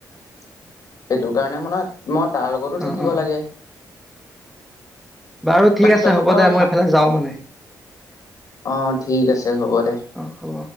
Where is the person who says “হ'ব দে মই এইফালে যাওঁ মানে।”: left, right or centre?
Centre